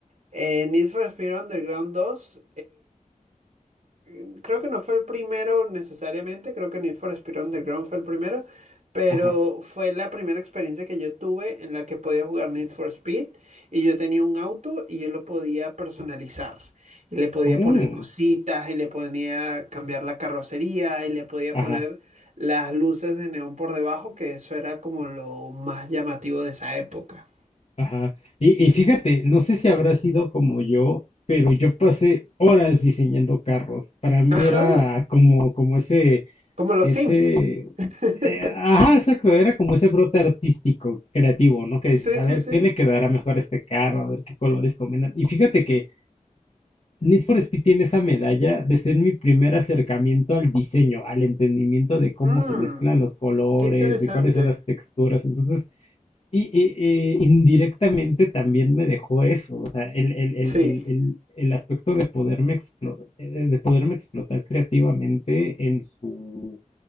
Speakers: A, on the right; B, on the left.
A: eh, Need for Speed Underground 2. mm, Creo que no fue el primero necesariamente, creo que Need for Speed Underground fue el primero, pero
B: Ajá.
A: fue la primera experiencia que yo tuve en la que podía jugar Need for Speed y yo tenía un auto y yo lo podía personalizar y le podía
B: Mm,
A: poner cositas y le podía cambiar la carrocería y le podía
B: ajá,
A: poner las luces de neón por debajo, que eso era como lo más llamativo de esa época.
B: ajá. Y, y fíjate, no sé si habrá sido como yo, pero yo pasé horas diseñando carros. Para mí
A: Ajá,
B: era como, como ese,
A: como los
B: ese,
A: Sims. <laughs>
B: eh, ajá, exacto, era como ese brote artístico, creativo, ¿no? Que dices,
A: Sí,
B: a
A: sí,
B: ver,
A: sí.
B: ¿qué le quedará mejor a este carro? A ver qué colores combinan. Y fíjate que Need for Speed tiene esa medalla de ser mi primer acercamiento al diseño, al entendimiento de cómo
A: Mm,
B: se mezclan los colores,
A: qué interesante.
B: de cuáles son las texturas. Entonces, y, y- y indirectamente también me dejó eso, o sea, el, el, el,
A: Sí.
B: el, el, el aspecto de poderme explotar, de poderme explotar creativamente en su,